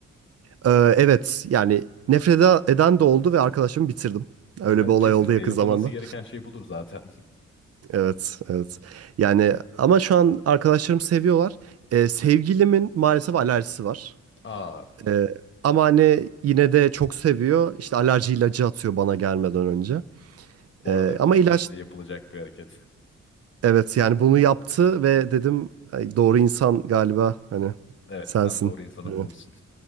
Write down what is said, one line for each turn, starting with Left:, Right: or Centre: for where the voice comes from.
Right: Ee, evet, yani nefret ede- eden de oldu ve arkadaşımı bitirdim. Öyle
Left: <laughs>
Right: bir olay
Left: Kesinlikle
Right: oldu yakın
Left: yapılması
Right: zamanda.
Left: gereken şey budur zaten.
Right: Evet, evet. Yani ama şu an arkadaşlarım seviyorlar. Ee, sevgilimin maalesef alerjisi var.
Left: <laughs> Aa,
Right: Ee, ama hani yine de çok seviyor. İşte alerji ilacı atıyor bana gelmeden önce.
Left: bu
Right: Ee,
Left: arada kesinlikle
Right: ama ilaç
Left: yapılacak bir hareket.
Right: Evet yani bunu yaptı ve dedim "Ay, doğru insan galiba hani
Left: Evet,
Right: sensin.
Left: sen doğru insanı
Right: Hani,
Left: bulmuşsun.